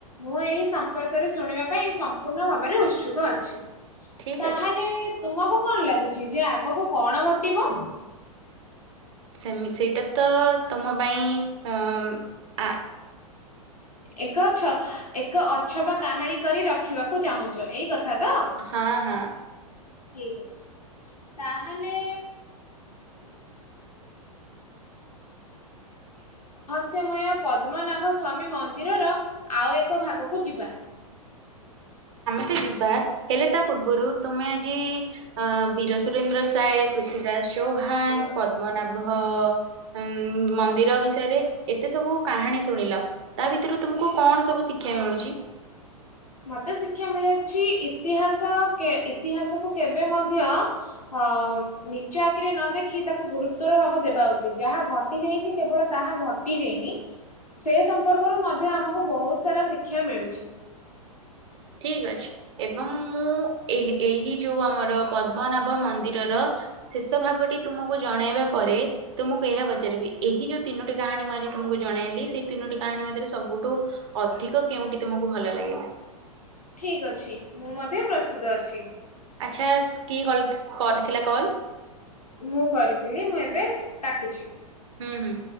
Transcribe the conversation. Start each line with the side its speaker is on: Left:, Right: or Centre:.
Left: ମୁଁ ଏଇ ସମ୍ପର୍କରେ ଶୁଣିବା ପାଇଁ ସମ୍ପୂର୍ଣ୍ଣ ଭାବରେ ଉତ୍ସୁକ ଅଛି।
Right: ଠିକ୍
Left: ତାହେଲେ
Right: ଅଛି
Left: ତୁମକୁ କଣ ଲାଗୁଛି ଯେ ଆଗକୁ କଣ ଘଟିବ?
Right: ସେମି ସେଇଟା ତ ତମ ପାଇଁ ଅ ଆ
Left: ଏକଛ ଏକ ଅଛବା କାହାଣୀ କରି ରଖିବାକୁ ଚାହୁଁଛ ଏଇ କଥା ତ।
Right: ହଁ ହଁ।
Left: ଠିକଅଛି ତାହେଲେ ସମୟ ପଦ୍ମନାଭ ସ୍ୱାମୀ ମନ୍ଦିରର ଆଉ ଏକ ଭାଗକୁ ଯିବା।
Right: ତେ ଯିବା ହେଲେ ତା ପୂର୍ବରୁ ତୁମେ ଆଜି ଅ ବୀର ସୁରେନ୍ଦ୍ର ସାଏ, ପୃଥୀରାଜ ଚୌହାନ ପଦ୍ମନାଭ ଉମ୍ ମନ୍ଦିର ବିଷୟରେ ଏତେ ସବୁ କା ହାଣୀ ଶୁଣିଲ ତା ଭିତୁରୁ ତୁମକୁ କଣ ସବୁ ଶିକ୍ଷା ମିଳୁଛି?
Left: ମତେ ଶିକ୍ଷା ମିଳିଛି ଇତିହାସ କେ ଇତିହାସକୁ କେବେ ମଧ୍ୟ ଅ ନିଚ୍ଚ ଆଖିରେ ନ ଦେଖି ତାକୁ ଗୁରୁତ୍ଵର ଭାବ ଦେବା ଉଚିତ ଯାହା ଘଟି ଯାଇଛି କେବଳ ତାହା ଘଟି ଯାଇନି ସେ ସମ୍ପର୍କରୁ ମଧ୍ୟ ଆମକୁ ବହୁତ ସାରା ଶିକ୍ଷା ମିଳୁଛି।
Right: ଠିକ ଅଛି ଏବଂ ମୁଁ ଏହି ଏହି ଯୋଉ ଆମର ପଦ୍ମନାଭ ମନ୍ଦିରର ଶେଷ ଭାଗଟି ତୁମକୁ ଜଣେଇବା ପରେ ତୁମୁକୁ ଏହା ପଚାରିବି, ଏହି ଯୋଉ ତିନୋଟି କାହାଣୀ ମୁଁ ଆଜି ତମକୁ ଜଣେଇଲି। ସେଇ ତିନୋଟି କାହାଣୀ ମଧ୍ୟରେ ସବୁଠୁ ଅଧିକ କେଉଁଠି ତୁମକୁ ଭଲ ଲାଗିଲା?
Left: ଠିକ୍ ଅଛି ମୁଁ ମଧ୍ୟ ପ୍ରସ୍ତୁତ ଅଛି।
Right: ଆଚ୍ଛା କିଏ କଲ୍ କରିଥିଲା କଲ?
Left: ମୁଁ କରିଥିଲି। ମୁଁ ଏବେ କାଟୁଛି।
Right: ହୁଁ ହୁଁ।